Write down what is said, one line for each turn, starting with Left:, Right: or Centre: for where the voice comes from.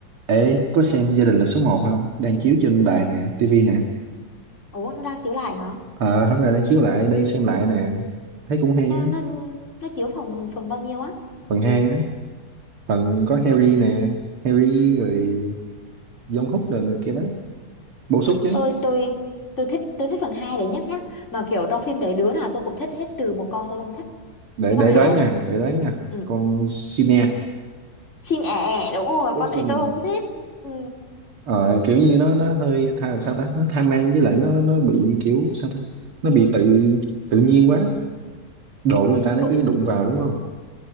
Right: Ê, có xem Gia đình là số một không? Đang chiếu trên đài nè, tivi nè.
Left: Ủa nó đang chiếu lại hả?
Right: Ờ, hôm nay đang chiếu lại, đang xem lại nè. Thấy cũng hay
Left: Nó
Right: á,
Left: nó nó chiếu phòng phần bao nhiêu á?
Right: phần 2 á. Phần có
Left: Phần
Right: Harry
Left: 2.
Right: nè, Harry rồi John Hook rồi này kia đó. Bổ sung chứ.
Left: Tôi tôi tôi thích tôi thích phần 2 đấy nhất nhá. Mà kiểu trong phim đấy đứa nào tôi cũng thích hết trừ một con tôi không thích.
Right: Để
Left: Biết
Right: để
Left: con nào
Right: đoán nha,
Left: không?
Right: để đoán nha.
Left: Ừ.
Right: Con Sine,
Left: Xin ẻ ẻ, đúng rồi,
Right: cái
Left: con đấy
Right: Sin
Left: tôi không thích. Ừ.
Right: ờ, kiểu như nó nó hơi tha, sao ta? Nó tham ăn với lại nó nó bị kiểu sao ta? Nó bị tự tự nhiên quá. Đồ của người ta nó
Left: Cũng
Right: cứ đụng vào đúng không?